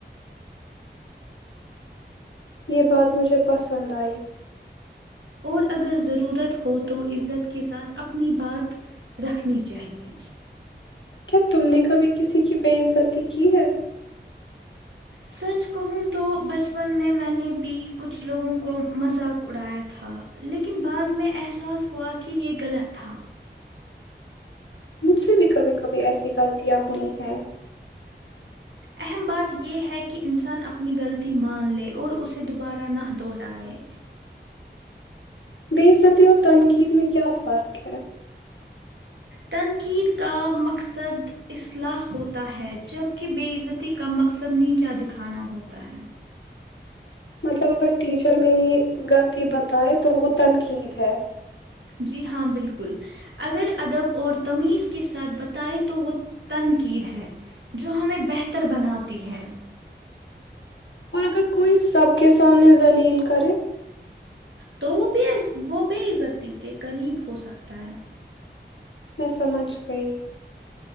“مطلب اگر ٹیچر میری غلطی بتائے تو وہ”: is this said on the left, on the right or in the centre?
Left